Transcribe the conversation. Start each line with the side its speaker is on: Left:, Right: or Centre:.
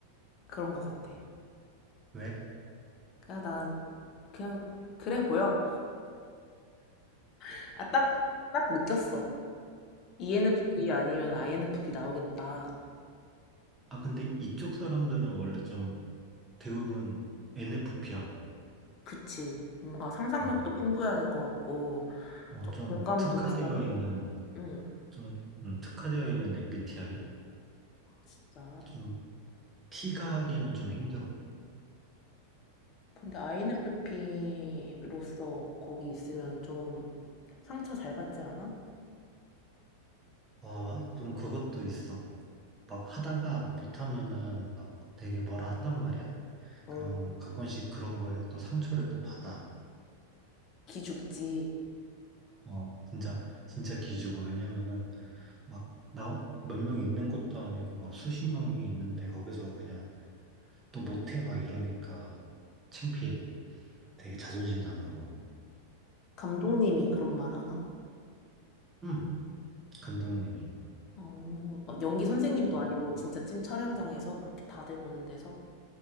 Left: 그런 거 같아.
Right: 왜?
Left: 그냥 나 그냥 그래 보여. <laughs> 아, 딱, 딱 느꼈어. ENFP 아니면 INFP 나오겠다.
Right: 아, 근데 이쪽 사람들은 원래 좀 대부분 NFP야.
Left: 그치. 뭔가 상상력도
Right: 어,
Left: 음. 풍부해야 될 것 같고,
Right: 뭐
Left: 좀
Right: 좀
Left: 음. 공감도
Right: 특화되어
Left: 있어야 될 것
Right: 있는,
Left: 같고. 응,
Right: 좀, 음, 특화되어 있는 MBTI?
Left: 진짜.
Right: 좀 T가 하기는 좀 힘들어.
Left: 근데 INFP로서 거기 있으면 좀 상처 잘 받지 않아?
Right: 어, 좀 그것도 있어. 막 하다가 뭐 못하면은 막 되게 뭐라 한단 말이야?
Left: 어,
Right: 그럼 가끔씩 그런 거에 또 상처를 또 받아.
Left: 기죽지.
Right: 어, 진짜, 진짜 기죽어. 왜냐면은 막 나 몇 명 있는 것도 아니고 막 수십 명이 있는데 거기서 그냥 또 못해 막 이러니까 창피해. 되게 자존심 상하고.
Left: 감독님이 그런 말 하나?
Right: 음, 감독님이.
Left: 어, 막 연기 선생님도 아니고 진짜 찐 촬영장에서 그렇게 다들 보는 데서.